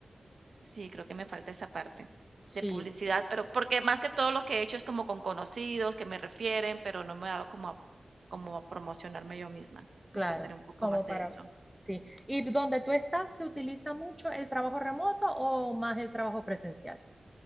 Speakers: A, on the right; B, in the centre.
A: Sí, creo que me falta esa parte
B: Sí,
A: de publicidad, pero porque más que todo lo que he hecho es como con conocidos que me refieren, pero no me he dado como a como a promocionarme yo misma.
B: claro,
A: Me faltaría un poco
B: como
A: más de
B: para,
A: eso.
B: sí. ¿Y donde tú estás se utiliza mucho el trabajo remoto o más el trabajo presencial?